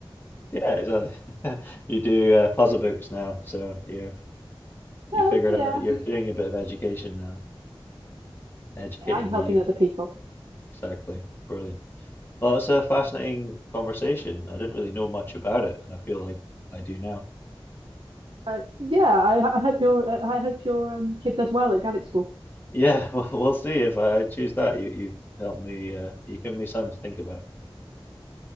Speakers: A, on the left; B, on the right.
A: Yeah, exactly. <laughs> You do uh, puzzle books now, so you've
B: Well,
A: you figured
B: yeah,
A: out you're doing a bit of education now, educating
B: I'm helping
A: the youth.
B: other people.
A: Exactly. Brilliant. Well, it's a fascinating conversation. I didn't really know much about it, and I feel like I do now.
B: Uh, yeah, I, I hope your uh, I hope your um, kid does well at Gaelic school.
A: Yeah, <laughs> well, we'll see if I choose that. You, you've helped me, uh, you've given me something to think about.